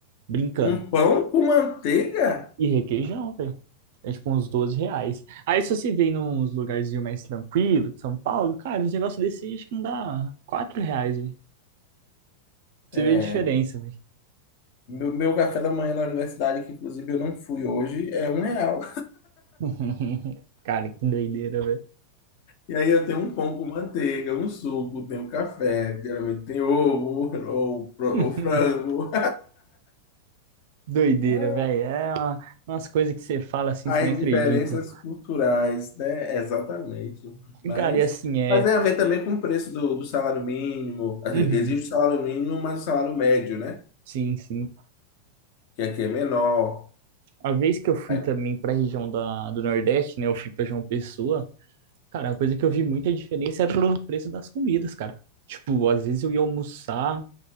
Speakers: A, on the right; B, on the left.
A: Brincando.
B: Um pão com manteiga?
A: E requeijão, velho. É tipo uns 12 reais. Aí se você vem nos lugarzinhos mais tranquilo de São Paulo, cara, uns negócios desse acho que não dá 4 reais, velho. Você
B: É,
A: vê a diferença, velho.
B: meu, meu café da manhã na universidade, que inclusive eu não fui hoje, é um real.
A: <laughs> Cara, que doideira, velho.
B: E aí eu tenho um pão com manteiga, um suco, tenho café, geralmente tem ovo ou, pro-
A: <laughs>
B: ou frango.
A: Doideira,
B: <laughs>
A: velho. É uma- umas coisas que você fala assim,
B: As
A: você nem acredita.
B: diferenças culturais, né? Exatamente. Mas,
A: Cara, e assim, é.
B: mas tem a ver também com o preço do, do salário mínimo. Assim,
A: Uhum.
B: Existe o salário mínimo, mas o salário médio, né?
A: Sim, sim.
B: Que aqui é menor.
A: A vez que eu fui
B: Aí,
A: também pra região da, do Nordeste, né? Eu fui pra João Pessoa. Cara, a coisa que eu vi muita diferença era o preço das comidas, cara. Tipo, às vezes eu ia almoçar,